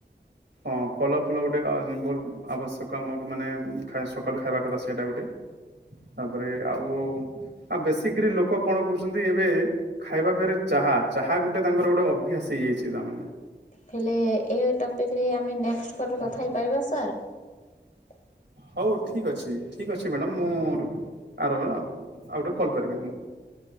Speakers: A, on the right; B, on the left.
A: ହଁ ଫଲ ଫୁଲ ଗୋଟେ ଭଲ ଆବଶ୍ୟକ ଆମକୁ ମାନେ ସକାଳୁ ଖାଇବା କଥା ସେଇଟା ଗୋଟେ ତାପରେ ଆଉ ଆଉ ବେଶିକରି ଲୋକ କଣ କହୁଛନ୍ତି ଏବେ ଖାଇବା କହିଲେ ଚାହା ଚାହା ଗୋଟେ ତାଙ୍କର ଗୋଟେ ଅଭ୍ୟାସ ହେଇଯାଇଛି ତାଙ୍କର।
B: ହେଲେ ଏଇ ଟପିକ। ଏ ଆମେ ନେକ୍ସଟ କେବେ କଥାହେଇପାରିବା। ହେବା ସାର୍
A: ହଉ ଠିକ ଅଛି ଠିକ ଅଛି ମ୍ୟାଡାମ ମୁଁ ଆର ଆଉ ଗୋଟେ କଲ୍ କରିବି ମୁଁ